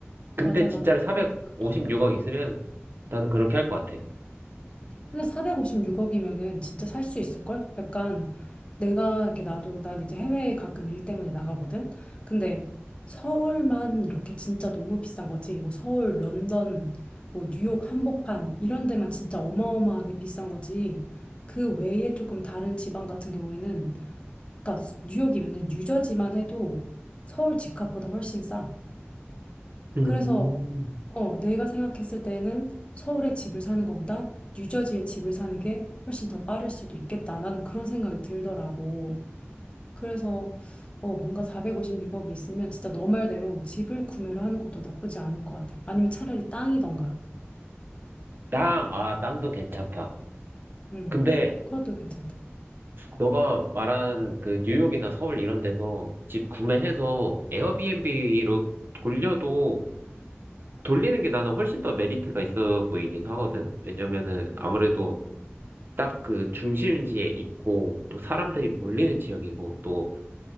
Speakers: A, on the right; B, on the left.
A: 근데
B: 맞아,
A: 진짜로
B: 맞아.
A: 456억
B: 사- 그치.
A: 있으면 나는 그렇게 할 것 같아.
B: 근데 456억이면은 진짜 살 수 있을걸? 약간 내가 이렇게 나도 난 이제 해외에 가끔 일 때문에 나가거든? 근데 서울만 이렇게 진짜 너무 비싼 거지. 뭐 서울, 런던, 뭐 뉴욕 한복판 이런 데만 진짜 어마어마하게 비싼 거지. 그 외에 조금 다른 지방 같은 경우에는 그러니까 뉴욕이면은 뉴저지만 해도 서울 집값보다 훨씬 싸.
A: 음,
B: 그래서 어, 내가 생각했을 때는 서울에 집을 사는 것보다 뉴저지에 집을 사는 게 훨씬 더 빠를 수도 있겠다. 나는 그런 생각이 들더라고. 그래서 어, 뭔가 456억이 있으면 진짜 너 말대로 집을 구매를 하는 것도 나쁘지 않을 것 같아. 아니면 차라리 땅이던가.
A: 땅, 아,
B: 어?
A: 땅도 괜찮다.
B: 음,
A: 근데
B: 그것도 괜찮다.
A: 너가 말한 그 뉴욕이나 서울 이런 데서 집 구매해서 에어비앤비로 돌려도 돌리는 게 나는 훨씬 더 메리트가 있어 보이긴 하거든. 왜냐면은
B: 음,
A: 아무래도 딱 그 중심지에 있고 또 사람들이 몰리는 지역이고 또